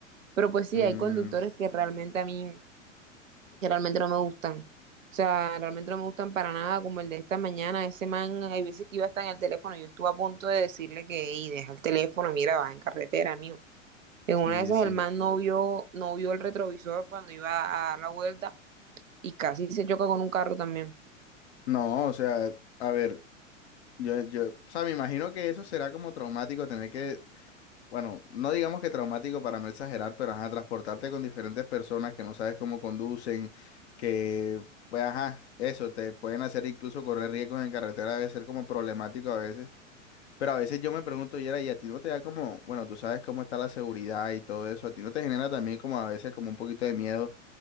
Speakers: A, on the right; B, on the left.
A: Pero pues sí,
B: Mm,
A: hay conductores que realmente a mí que realmente no me gustan. O sea, realmente no me gustan para nada, como el de esta mañana, ese man, hay veces que iba hasta en el teléfono, yo estuve a punto de decirle que, hey, deja el teléfono, mira, vas en carretera, amigo. En
B: sí,
A: una de esas
B: sí.
A: el man no vio, no vio el retrovisor cuando iba a dar la vuelta y casi se choca con un carro también.
B: No, o sea, a ver, yo, yo, o sea, me imagino que eso será como traumático tener que, bueno, no digamos que traumático para no exagerar, pero ajá, transportarte con diferentes personas que no sabes cómo conducen, que, pues ajá, eso, te pueden hacer incluso correr riesgos en carretera, debe ser como problemático a veces. Pero a veces yo me pregunto, Yera, y a ti no te da como, bueno, tú sabes cómo está la seguridad y todo eso, a ti no te genera también como a veces como un poquito de miedo